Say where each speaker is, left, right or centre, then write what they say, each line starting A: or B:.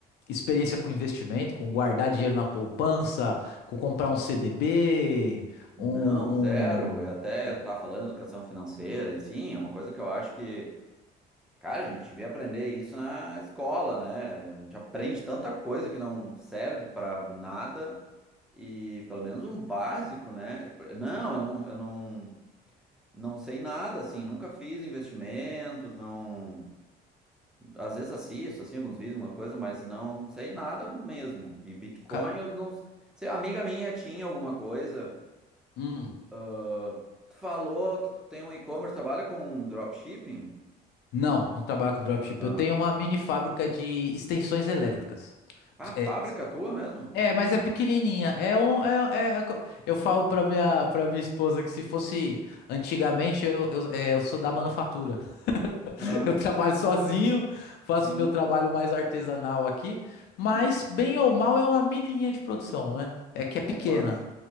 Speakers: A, on the left; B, in the centre.
A: experiência com investimento, com guardar dinheiro na poupança, com comprar um CDB,
B: Não,
A: um,
B: zero. Eu
A: um,
B: até
A: o
B: tá falando de educação financeira, e sim, é uma coisa que eu acho que, cara, a gente devia aprender isso na escola, né? A gente aprende tanta coisa que não serve pra nada. E pelo menos um básico, né? Não, eu não, eu não. Não sei nada, assim, nunca fiz investimentos, não. Às vezes assisto, assim, alguns vídeos, alguma coisa, mas não sei nada mesmo. E Bitcoin,
A: ca-
B: eu não sei. a Amiga minha tinha alguma coisa.
A: hum,
B: ah, tu falou, tu, tu tem um e-commerce, trabalha com dropshipping?
A: não, não trabalho com dropship.
B: Ah,
A: Eu tenho uma mini fábrica de extensões elétricas.
B: ah, fábrica
A: É,
B: tua mesmo?
A: é, mas é pequenininha. É um, é, é- é, eu falo pra minha, para minha esposa que se fosse antigamente, eu, eu, é, eu sou da manufatura.
B: <laughs> Aham,
A: Eu trabalho sozinho, faço
B: sim.
A: meu trabalho mais artesanal aqui, mas
B: Ah,
A: bem ou mal é uma mini linha de produção, né? É que é
B: pô,
A: pequena.
B: massa.